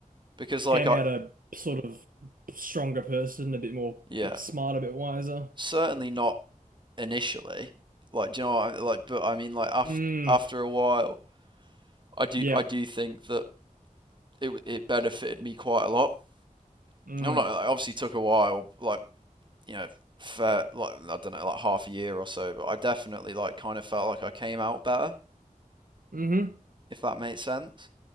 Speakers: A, on the right (about 35°); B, on the right (about 85°).
A: Because like
B: Came
A: I,
B: out a sort of stronger person, a bit more,
A: yeah,
B: bit smarter, a bit wiser.
A: certainly not initially. Like, do you know what? I, like, but I mean, like after
B: Mm,
A: after a while, I do
B: yeah.
A: I do think that it it benefited me quite a lot.
B: Mm,
A: I'm not. It obviously took a while, like you know, fair, like I don't know, like half a year or so. But I definitely like kind of felt like I came out better,
B: hmm
A: if that makes sense.